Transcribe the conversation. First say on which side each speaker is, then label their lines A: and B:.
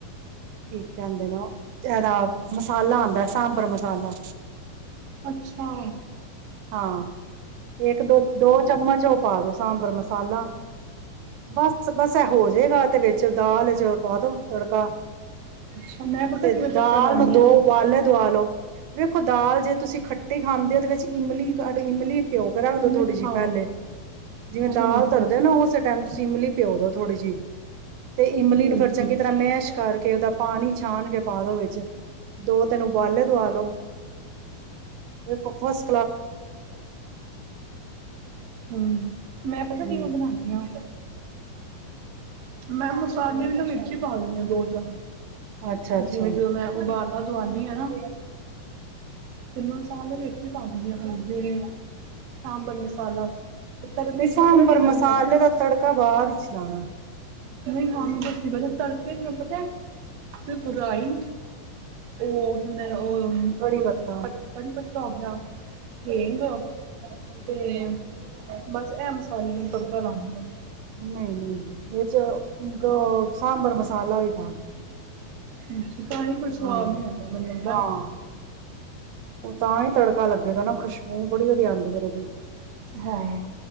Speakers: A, on the right (about 90°); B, on the right (about 65°).
A: ਠੀਕ ਤੇ ਆਂਦੇ ਨਾ, ਏਦਾ ਮਸਾਲਾ ਆਂਦਾ ਏ, ਸਾਂਬਰ ਮਸ ਸਾਲਾ
B: ਅੱਛਾ।
A: ਹਾਂ ਇੱਕ ਦੋ, ਦੋ ਚਮਚ ਉਹ ਪਾ ਦੋ ਸਾਂਬਰ ਮਸ ਮਸਾਲਾ, ਬਸ-ਬਸ ਇਹ ਹੋ ਜਾਏਗਾ ਤੇ ਵਿੱਚ ਦਾਲ ਚ ਪਾ ਦੋ ਤੜਕਾ,
B: ਅੱਛਾ ਮੈਂ ਪਤਾ
A: ਤੇ
B: ਕਿਵੇਂ ਤੜਕਾ
A: ਦਾਲ
B: ਲਾਉਂਦੀ
A: ਨੂੰ ਦੋ
B: ਹਾਂ
A: ਉਬਾਲੇ ਦਵਾਲੋ, ਵੇਖੋ ਦਾਲ ਜੇ ਤੁਸੀਂ ਖੱਟੀ ਖਾਂਦੇ ਹੋ ਉਹਦੇ ਵਿੱਚ ਇਮਲੀ ਕੱਢ, ਇਮਲੀ ਪਿਓ। ਰੱਖ ਦੌ
B: ਮੈਂ
A: ਥੋੜ੍ਹੀ ਜਿਹੀ
B: ਹਾਂ
A: ਪਹਿਲੇ, ਜਿਵੇਂ
B: ਠੀਕ
A: ਦਾਲ ਤਰਦੇ
B: ਹੈ
A: ਨਾ ਉਸੇ ਟਾਈਮ ਤੁਸੀਂ ਇਮਲੀ ਪਿਓ ਦੋ ਥੋੜ੍ਹੀ ਜਿਹੀ। ਤੇ ਇਮਲੀ
B: ਠੀਕ
A: ਨੂੰ ਫਿਰ ਚੰਗੀ
B: ਹੈ
A: ਤਰ੍ਹਾਂ ਮੈਸ਼ ਕਰਕੇ ਉਹਦਾ ਪਾਣੀ ਛਾਣ ਕੇ ਪਾ ਦੋ ਵਿੱਚ, ਦੋ ਤਿੰਨ ਉਬਾਲੇ ਦਵਾ ਲੋ, ਵੇਖੋ ਫਸ
B: ਹਮ, ਮੈਂ ਪਤਾ
A: ਹੂੰ।
B: ਕਿਵੇਂ ਬਣਾਉਂਦੀ ਹਾਂ? ਮੈਂ ਮੁਸ ਸਾਂਬਰ ਦੇ ਵਿੱਚ ਹੀ ਪਾਨੀ ਹਾਂ ਦੋ ਚਮਚ,
A: ਅੱਛਾ-ਅੱਛਾ
B: ਜਿਵੇਂ
A: ਨਹੀਂ
B: ਜਦੋਂ ਮੈਂ ਉਬਾਲਨਾ ਦਵਾਨੀ ਆ ਨਾ, ਤੇ ਮਸਾਲੇ ਵਿੱਚ ਹੀ ਪਾ ਦਿੰਣੀ ਹਾਂ <unintelligible> ਸਾਂਬਰ ਮਸਾਲਾ। ਤੇ ਤੜਕੇ
A: ਮੈਂ ਸਾਂਬਰ
B: 'ਚ ਪਤਾ ਕੀ ਕਰਨੀ
A: ਮਸਾਲੇ
B: ਆ
A: ਦਾ ਤੜਕਾ ਬਾਅਦ ਚ ਲਾਣਾ।
B: ਨਹੀਂ ਹਾਂ ਮੈਂ ਦੱਸਦੀ ਬਈ ਹਾਂ, ਤੜਕੇ ਚ ਮੈਂ ਪਤਾ ਏ? ਸਿਰਫ ਰਾਈ, ਉਹ ਕਹਿੰਦੇ ਨੇ
A: ਕੜੀ
B: ਔਰ
A: ਪੱਤਾ
B: ਪਤ ਕੜੀ ਪਤ ਤੋਂ ਹੋ ਗਿਆ, ਹਿੰਗ ਤੇ ਬਸ ਏਹ ਮਸਾਲੇ ਨੂੰ ਤੜਕਾ ਲਾਨੀ ਆ।
A: ਨਹੀਂ-ਨਹੀਂ ਇਹ ਚ ਗ ਸਾਂਬਰ ਮਸਾਲਾ ਵੀ ਪਾਣਾ।
B: ਹਮ। ਅੱਛਾ ਤਾਂ ਹੀ ਕੋਈ ਸੁਆਦ
A: ਹਾਂ,
B: ਨਹੀਂ ਆਉਂਦਾ, ਮੈਨੂੰ ਲੱਗਦਾ
A: ਹਾਂ
B: ਏ।
A: ਉਹ ਤਾਂ ਹੀ ਤੜਕਾ ਲੱਗੇਗਾ ਨਾ, ਖੁਸ਼ਬੂ ਬੜੀ ਵਧੀਆ ਆਂਦੀ ਫਿਰ ਉਹਦੀ।
B: ਹਾਂ,